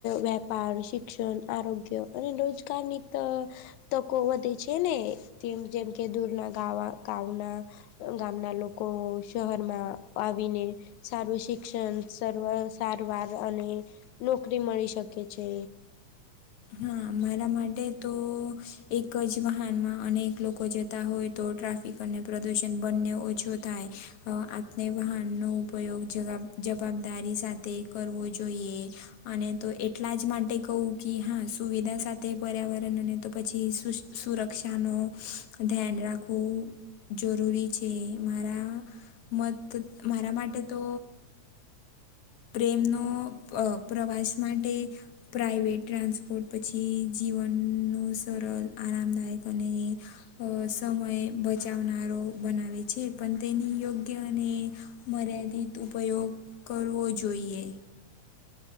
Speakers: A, on the left (about 80°); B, on the left (about 60°).
A: વેપાર શિક્ષણ આરોગ્ય અને રોજગારની ત તકો વધે છે ને તેમ જેમ કે દૂરના ગા ગામના ગામના લોકો શહેરમાં આવીને સારું શિક્ષણ, સ સારવાર અને નોકરી મળી શકે છે.
B: હા મારા માટે તો એક જ વાહનમાં અને એક લોકો જતા હોય તો ટ્રાફિક અને પ્રદૂષણ બંને ઓછો થાય. આપને વાહનનો ઉપયોગ જગ જવાબદારી સાથે કરવો જોઈએ અને તો એટલા જ માટે કહ કે હા સુવિધા સાથે પર્યાવરણને તો પછી સુરક્ષાનો ધ્યાન રાખવું જરૂરી છે. મારા મત મારા માટે તો પ્રેમનો પ્રવાસ માટે પ્રાઇવેટ ટ્રાન્સપોર્ટ પછી જીવનનો સરળ આરામદાયક અને અ સમય બચાવનારો બનાવે છે પણ તેની યોગ્ય અને મર્યાદિત ઉપયોગ કરવો જોઈએ.